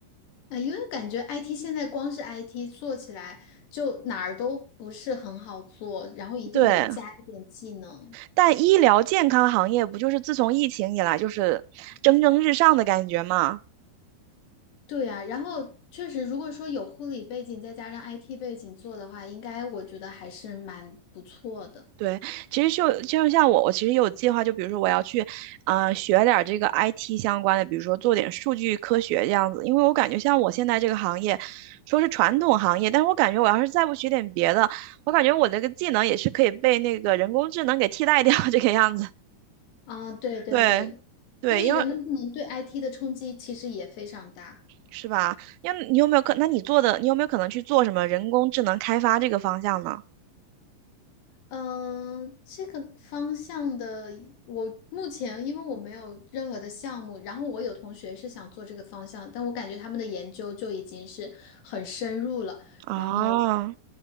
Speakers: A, on the left; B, on the right.
A: 啊、因为感觉 IT 现在光是 IT 做起来就哪儿都不是很好做，然后一定得加一点技能。
B: 对，但医疗健康行业不就是自从疫情以来就是蒸蒸日上的感觉吗？
A: 对啊，然后确实，如果说有护理背景再加上 IT 背景做的话，应该我觉得还是蛮不错的。
B: 对，其实就就像我，我其实有计划，就比如说我要去，啊、学点儿这个 IT 相关的，比如说做点数据科学这样子，因为我感觉像我现在这个行业，说是传统行业，但是我感觉我要是再不学点别的，我感觉我这个技能也是可以被那个人工智能给替代掉 <laughs> 这个样子。
A: 啊、对对对，
B: 对对，
A: 所以人工智能对
B: 因为
A: IT 的冲击其实也非常大。
B: 是吧？因为你有没有可？那你做的，你有没有可能去做什么人工智能开发这个方向呢？
A: 嗯，这个方向的，我目前因为我没有任何的项目，然后我有同学是想做这个方向，但我感觉他们的研究就已经是很深入了。
B: 哦，
A: 然后